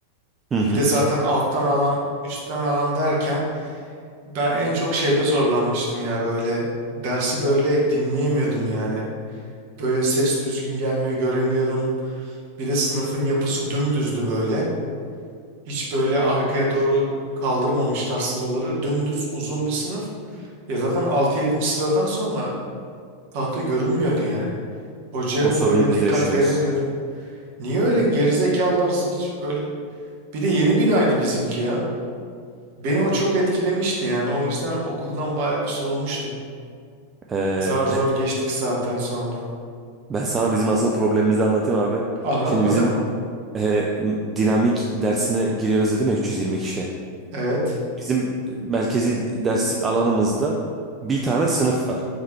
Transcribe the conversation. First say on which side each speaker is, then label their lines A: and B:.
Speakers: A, on the right; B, on the right.
A: Hı hı.
B: Bir de zaten alttan alan üstten alan derken ben en çok şeyde zorlanmıştım ya böyle dersi böyle dinleyemiyordum yani. Böyle ses düzgün gelmiyor göremiyorum. Bir de sınıfın yapısı dümdüzdü böyle. Hiç böyle arkaya doğru kaldırmamışlar sıraları. Dümdüz uzun bir sınıf. Ya zaten altı yedinci sıradan sonra tahta görünmüyordu yani. Hocaya
A: O
B: da
A: sorunu
B: böyle
A: biz
B: dikkat
A: de yaşıyoruz.
B: veremiyordun. Niye öyle gerizekalılar hiç öyle Bir de yeni binaydı bizimki ya. Beni o çok etkilemişti yani. O yüzden okuldan bayağı bir soğumuştum.
A: Ee,
B: Zar zor geçtik zaten sonra.
A: <laughs> ben sana bizim aslında problemimizi anlatayım abi.
B: Anlat
A: Şimdi
B: bakalım.
A: bizim e, dinamik dersine giriyoruz dedim ya 320 kişi.
B: Evet.
A: Bizim merkezi derslik alanımızda bir tane sınıf var.